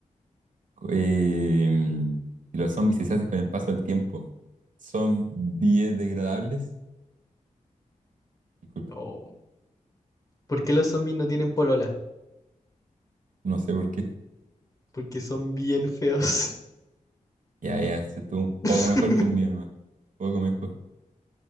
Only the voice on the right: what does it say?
Em, si los zombies se hacen con el paso del tiempo, ¿son biodegradables? Disculpa,
no sé por qué.
Ya, ya, se estuvo un poco
mejor que el mío, nomás. Un poco mejor.